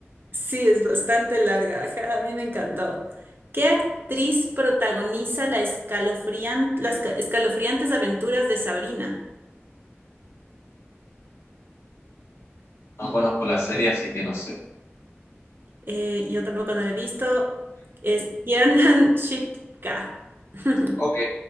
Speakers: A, on the right; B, on the left.
A: Sí, es bastante larga. ajá, a mí me encantó. ¿Qué actriz protagoniza la escalofrian- las ca- escalofriantes aventuras de Sabrina?
B: No conozco la serie, así que no sé.
A: Eh, yo tampoco no la he visto. Es Kiernan Shipka. <laughs>
B: Ok,